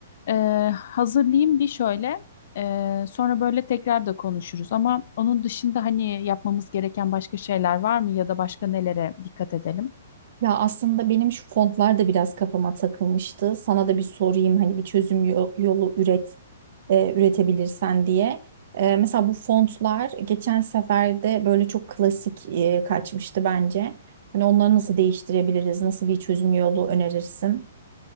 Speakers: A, on the left (about 55°); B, on the right (about 55°).
A: E, hazırlayayım bir şöyle. E, sonra böyle tekrar da konuşuruz. Ama onun dışında hani yapmamız gereken başka şeyler var mı ya da başka nelere dikkat edelim?
B: Ya aslında benim şu fontlar da biraz kafama takılmıştı. Sana da bir sorayım hani bir çözüm yo- yolu üret e, üretebilirsen diye. E, mesela bu fontlar geçen sefer de böyle çok klasik e, kaçmıştı bence. Hani onları nasıl değiştirebiliriz? Nasıl bir çözüm yolu önerirsin?